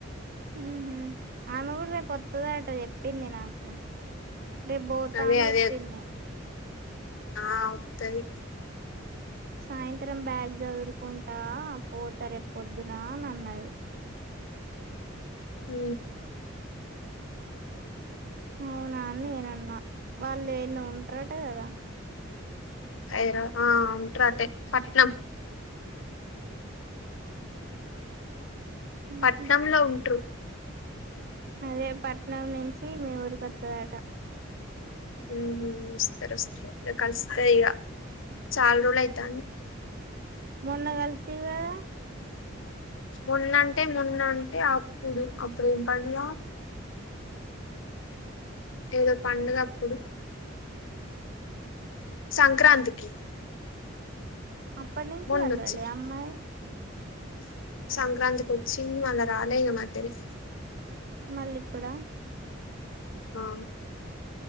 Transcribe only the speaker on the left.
అదే
అదే
ఆ వొత్తది.
హ్
హైదరాబాదు ఆ ఉంటరు అటే పట్నం.
పట్నంలో ఉంట్రు.
ఉహ్ వస్త వస్తరు ఇగా కలిస్తే ఇడా చాలా రోజులు అయితాంది.
మొన్నంటే మొన్నంటే అప్పుడు అప్పుడు ఎం పండుగా. ఏదో పండుగ అప్పుడు. సంక్రాంతికి
మొన్నొచ్చింది
సంక్రాంతికి వచ్చింది మళ్లా రాలే ఇగా మధ్యలా
ఆ